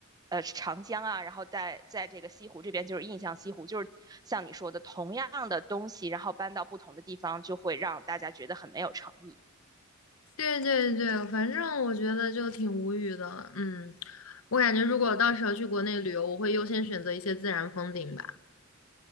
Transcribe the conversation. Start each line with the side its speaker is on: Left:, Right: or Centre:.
Right: 呃长江啊，然后在在这个西湖这边就是印象西湖，就是像你说的同样的东西，然后搬到不同的地方，就会让大家觉得很没有诚意。
Left: 对对对，反正我觉得就挺无语的。嗯，我感觉如果到时候去国内旅游，我会优先选择一些自然风景吧。